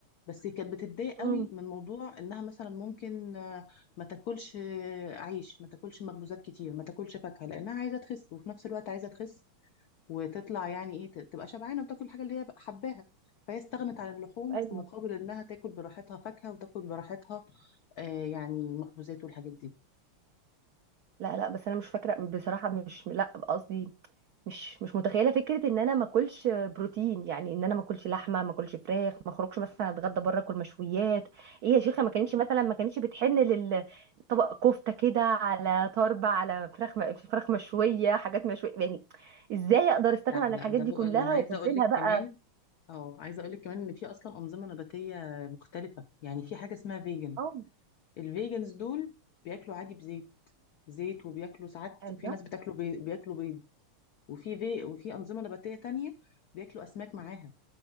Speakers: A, on the left; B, on the right.
A: بس كانت بتتضايق
B: امم
A: قوي من موضوع انها مثلا ممكن آه، ما تاكلش آه، عيش ما تاكلش مخبوزات كتير ما تاكلش فاكهه لانها عايزه تخس وفي نفس الوقت عايزه تخس وتطلع يعني ايه ت- تبقى شبعانه وتاكل الحاجه اللي هي حباها فهي استغنت عن اللحوم
B: ايوه
A: في مقابل انها تاكل براحتها فاكهه وتاكل براحتها آه يعني مخبوزات والحاجات دي
B: لا لا بس انا مش فاكره بصراحه مش لا قصدي مش مش متخيله فكره ان انا ما اكلش بروتين يعني ان انا ما اكلش لحمه ما اكلش فراخ ما اخرجش مثلا اتغدى بره اكل مشويات ايه يا شيخه ما كانتش مثلا ما كانتش بتحن للطبق كفته كده على طربه على فراخ م- فراخ مشويه حاجات مشويه يعني ازاي اقدر استغنى
A: لا
B: عن
A: لا
B: الحاجات
A: ده
B: دي
A: بقى
B: كلها
A: ده انا عايزه
B: وابدلها
A: اقول لك
B: بقى
A: كمان اه عايزه اقول لك كمان ان في اصلا انظمه نباتيه مختلفه يعني في حاجه اسمها فيجن
B: اه
A: الفيجنز دول بياكلوا عادي بزيت زيت وبياكلوا ساعات
B: الله
A: في ناس بتاكلوا بي... بياكلوا بيض وفي في... وفي انظمه نباتيه تانية بياكلوا اسماك معاها